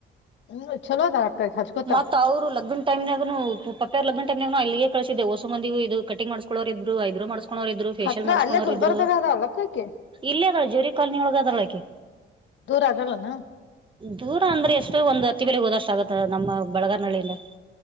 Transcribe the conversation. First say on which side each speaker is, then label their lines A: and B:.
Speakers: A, on the left; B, on the right.
A: ಹ್ಮ್ ಚಲೋ ಅದ ಅಕ್ಕ ಹಚ್ಕೋತ
B: ಮತ್ತ ಅವ್ರು ಲಗ್ನ್ ಟೈಮ್ನ್ಯಾಗ ಅನು ಪಪೆಯಾರ್ ಲಗ್ನ್ ನ ಅಲ್ಲಿಗೆ ಕಳಿಸಿದೆ ಹೊಸ ಮಂದಿಗೂ ಇದು ಕಟ್ಟಿಂಗ ಮಾಡಿಸಿಕೊಳ್ಳರ ಇದ್ದರೂ ಹೈಬ್ರೋ ಮಾಡಿಸಿಕೊ ಕಕೋರ ಇದ್ರು ಫೇೇಶಿಯಲ್
A: ಹತ್ರ
B: ಮಾಡಸ್ಕೋರ್
A: ಅಲ್ಲೇ ಗುಲ್ಬರ್ದಾಗ
B: ಇದ್ರು
A: ಅದ ಅಲಕ್ಕಕ್ಕೆ
B: ಇಲ್ಲ ಅದಾಳ ಜೋರಿ ಕಾಲನಿ ಒಳಗ ಅದಾಳ ಆಕಿ
A: ದೂರ ಆಗಲ್ಲ ಅನ
B: ದೂರ ಅಂದ್ರೆ ಎಷ್ಟೊ ಒಂದು ಅತ್ತಿಬೆಲೆ ಗೆ ಹೋದಷ್ಟ ಆಗುತ್ತ ನಮ್ಮ ಬ ಬೆಳಗಾರ್ನಹಳ್ಳಿಯಿಂದ